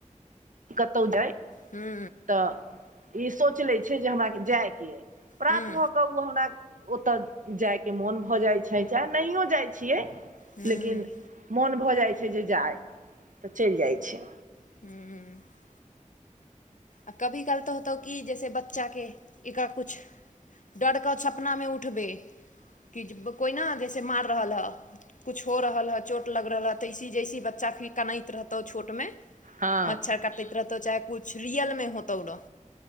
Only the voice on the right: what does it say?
कतहु जाय
तऽ ई सोच लै छै जे हमरा जाइके अइ प्रात
भऽ कऽ ओ हमरा ओतय जायके मोन भऽ जाइत छै चाहे नहियो जाइ छियै
लेकिन मोन भऽ जाइ छै जे जाइ तऽ चैल जाइ छै
हँ